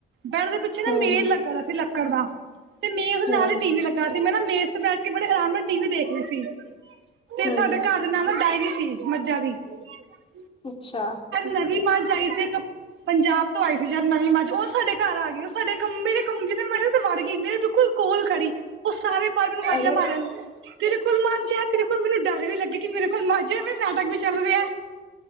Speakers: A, on the right (about 75°); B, on the left (about 30°).
A: ਬੈਡ ਦੇ ਪਿੱਛੇ ਨਾ
B: ਹਮ
A: ਮੇਜ ਲੱਗਾ ਦਾ ਸੀ ਲੱਕੜ ਦਾ, ਤੇ ਮੇਜ ਦੇ ਨਾਲ
B: ਹਮ
A: ਈ ਟੀ ਵੀ ਲੱਗਾ ਮੈਂ ਨਾ ਮੇਜ ਤੇ ਬੈਠ ਕੇ ਬੜੇ ਅਰਾਮ ਨਾਲ ਟੀ ਵੀ ਦੇਖ ਰੀ ਸੀ, ਤੇ
B: ਹਮ
A: ਸਾਡੇ ਘਰ ਦੇ ਨਾਲ ਨਾ ਡਾਇਰੀ ਸੀ <unintelligible>
B: ਅੱਛਾ
A: ਨਵੀ ਮਾਝ ਆਈ ਸੀ ਏਕ, ਪੰਜਾਬ ਤੋਂ ਆਈ ਨਵੀਂ ਮੱਜ ਓ ਸਾਡੇ ਘਰ ਆ ਗਈ ਓ ਸਾਡੇ ਕਮਰੇ, ਕਮਰੇ ਚ ਵੜ ਗਈ। ਮੇਰੇ ਬਿਲਕੁਲ ਕੋਲ ਖੜੀ ਓ ਸਾਰੇ ਬਾਰ ਮੈਨੂੰ ਵਾਜਾਂ
B: ਅਰੇ
A: ਮਾਰਨ, ਤੇਰੇ ਕੋਲ ਮਾਝ ਐ, ਤੇਰੇ ਕੋਲ ਮੈਨੂੰ ਡਰ ਵੀ ਲੱਗੇ ਕਿ ਮੇਰੇ ਨਾਟਕ ਵੀ ਚੱਲ ਰੇਐ,